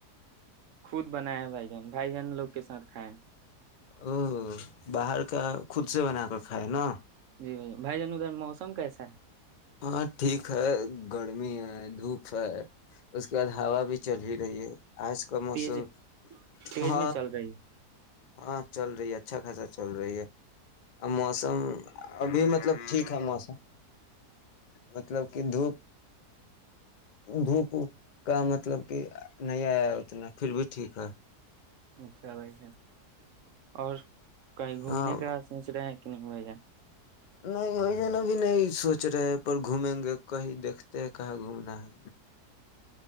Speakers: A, on the right; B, on the left.
A: خود بنائے ہیں بھائی جان بھائی جان لوگ کے ساتھ کھائے ہیں
B: او باہر خود سے بنا کر کھائے نا
A: جی بھ بھائی جان ادھر م موسم کیسا ہے
B: ہاں ٹھیک ہے گرمی ہے دھوپ ہے اس کے بعد ہوا بھی چل ہی رہی ہے آج کا موسم
A: تیز تیز
B: ہ
A: میں چل رہی ہے
B: ہاں چل رہی ہے اچھا خاصا چل رہی ہے ا موسم
A: اچھا
B: ابھی مطلب ٹھیک ہے موسم مطلب کہ دھوپ ہ <unintelligible> دھوپ کا مطلب کہ نہیں آیا اتنا پھر بھی ٹھیک ہے
A: اچھا بھائی س اور کہیں گھومنے
B: ہاں
A: کا سوچ رہے ہے کہ نہیں بھائی جان
B: نہیں وہی جن ابھی نہیں سوچ رہے ہیں پر گھومیں گے کہیں دیکھ تے کہاں گھومنا ہے